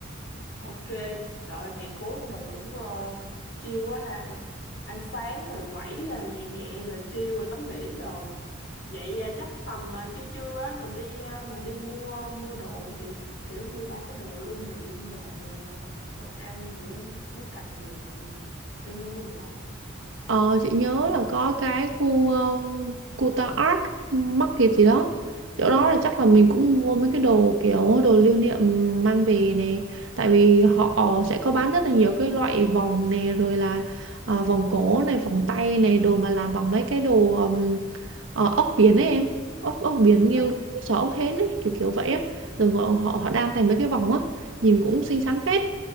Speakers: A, on the left; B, on the right.
A: Ok, trời ơi, ngày cuối của mình cũng uh, chill quá ha, ăn, ăn sáng rồi quẩy ờ, nhẹ nhẹ rồi chill rồi tắm biển đồ. Vậy ờ, chắc tầm ờ, trưa trưa á mình đi ờ, mình đi mua mua đồ không chị? Kiểu mua ba cái đồ lưu niệm rồi ờ, đồ ăn gì á, muốn cầm về thì đi mua luôn lận.
B: Ờ, chị nhớ là có cái khu ờ, khu ta Art Market gì đó chỗ đó là chắc là mình cũng mua mấy cái đồ kiểu đồ lưu niệm mang về này tại vì họ sẽ có bán rất là nhiều cái loại vòng này rồi là ờ, vòng cổ này vòng tay này đồ mà làm bằng mấy cái đồ ừm, ờ, ốc biển ấy em ốc ốc biển nghêu
A: Ừ,
B: nghêu sò ốc hến ấy kiểu kiểu vậy á rồi họ họ họ đan thành mấy cái vòng á nhìn cũng xinh xắn phết